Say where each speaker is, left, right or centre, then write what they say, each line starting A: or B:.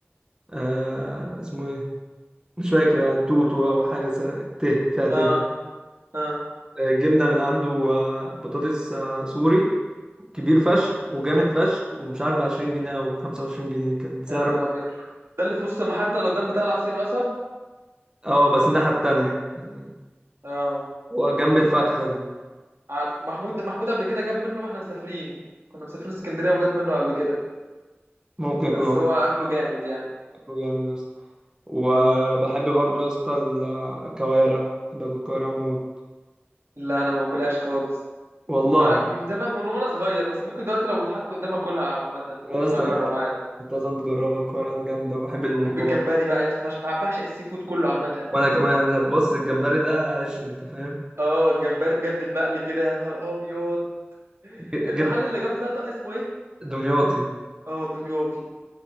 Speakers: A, on the right (about 20°); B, on the right (about 80°).
A: آه... اسمه ايه مش فاكر آه، توتو او حاجه س... ت فيها ت
B: اه اه
A: آه، جبنا من عنده آه، بطاطس آه، سوري كبير فشخ وجامد فشخ ومش عارف ب 20 جنيه او 25 جنيه كان سعر
B: يا نهار ابيض ده اللي في نص المحطه اللي قدام بتاع العصير القصب
A: اه بس الناحيه التانيه يعني
B: اه
A: وجنب الفتحة دي
B: عارف محمود محمود قبل كده جاب منه واحنا مسافرين كنا مسافرين اسكندريه وجاب منه قبل كده
A: ممكن يكون
B: بس
A: هو
B: هو اكله جامد يعني
A: بياكله جامد يا اسطى وبحب
B: مم.
A: برضو يا اسطى ال- الكوارع بحب اكل كوارع موت
B: لا انا ما باكلهاش خالص
A: والله
B: مع- من زمان من وانا صغير بس ممكن دلوقتي لو اتحط قدامي اكلها عامة
A: يا
B: ممكن
A: اسطى
B: اجرب
A: انت
B: عادي
A: أنت لازم تجربها الكوارع دي جامدة وبحب الممبار
B: بحب الجمبري بقى يا اسطى فشخ بع- بعشق السي فود كله عامة
A: وانا كمان بص الجمبري ده عيش انت فاهم
B: اه الجمبري بجد المقلي كده يا نهار ابيض
A: ج-
B: المحل
A: جبت
B: اللي جنب ده طق اسمه ايه؟
A: دمياطي
B: اه دمياطي